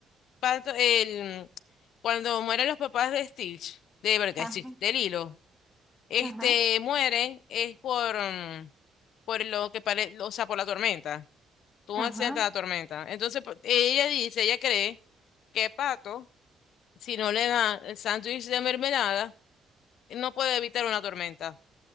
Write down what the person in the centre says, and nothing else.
Ajá,
ajá,
ajá.